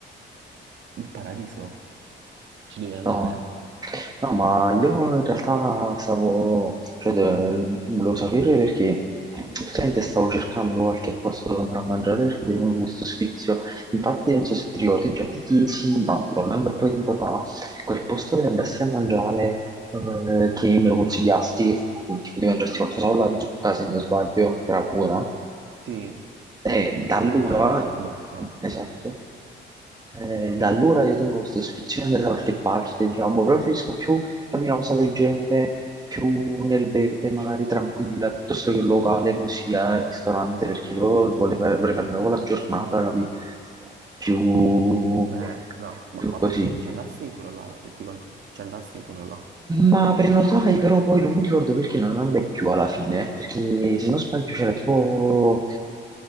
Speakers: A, on the right; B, on the right.
A: il paradiso, ci devi andare.
B: No, no, ma io in realtà stavo, cioè, eh, volevo sapere perché praticamente stavo cercando qualche posto dove andare a mangiare perché tenevo questo sfizio. Infatti, non so se ti ricordi, già ti chiesi, ma ormai un bel po' di tempo fa, quel posto dove andassi a mangiare eh, che mi lo consigliasti, tipo di mangiarti qualcosa con la zucca, se non sbaglio, che era buona.
A: Sì,
B: E
A: sì,
B: da allora,
A: ah, Marcord. Vabbè.
B: esatto, eh, da allora io tengo questo sfizione da qualche parte, diciamo, preferisco più capire una cosa del genere, più nel verde, magari tranquilla, piuttosto che un locale così al ristorante, perché io vorrei, fa- vorrei farmi con la giornata, capi? Più,
A: Eh, no, ma,
B: più
A: ma
B: così.
A: poi ci andasti in quello là, che ti con- ci andasti in quello là.
B: Ma prenotai però poi non mi ricordo perché non andai più alla fine, perché se non sbaglio c'era tipo...